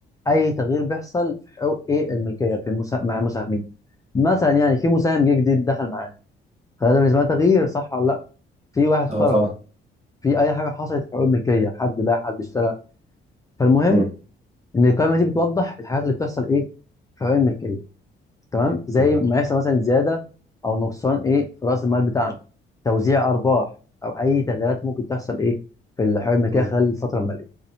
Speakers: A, on the left; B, on the right.
A: أي تغيير بيحصل في حقوق إيه الملكية في المسا... مع المساهمين مثلا يعني في مساهم جه جديد دخل معانا فده بالنسبة لنا تغيير صح ولا لأ في واحد خرج
B: اه طبعا
A: في أي حاجة حصلت في حقوق الملكية حد باع حد اشترى فالمهم
B: مم.
A: إن القائمة دي بتوضح الحاجات اللي بتحصل إيه في حقوق الملكية تمام زي
B: مم.
A: ما يحصل مثلا زياده او نقصان ايه في راس المال بتاعنا توزيع ارباح او اي تغييرات ممكن تحصل ايه في الحوالي الملكيه
B: مم.
A: خلال الفتره الماليه